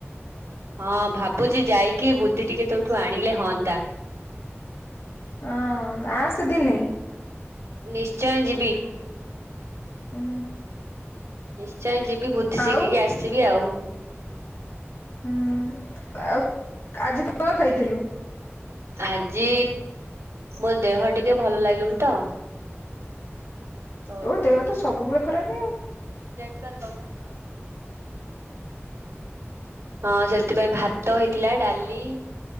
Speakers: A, on the right; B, on the left.
A: ହଁ ଭାବୁଛି ଯାଇକି ବୁଦ୍ଧି ଟିକେ ତୋଠୁ ଆଣିଲେ ହନ୍ତା।
B: ହଁ ଆ ସେ ଦିନେ।
A: ନିଶ୍ଚୟ ଯିବି।
B: ଉଁ।
A: ନିଶ୍ଚୟ ଯିବି ବୁଦ୍ଧି
B: ଆଉ
A: ଶିଖିକି ଆସିବି ଆଉ।
B: ହୁଁ ଆଉ ଆଜି କଣ ଖାଇଥିଲୁ?
A: ଆଜି ମୋ ଦେହ ଟିକେ ଭଲ ଲାଗୁନି ତ ସୋଉଠୁ
B: ତୋ ଦେହ ତ ସବୁବେଳେ ଖରାପେ।
A: <unintelligible> <inaudible> ହଁ ସେଥିପାଇଁ ଭାତ ହେଇଥିଲା ଡାଲି।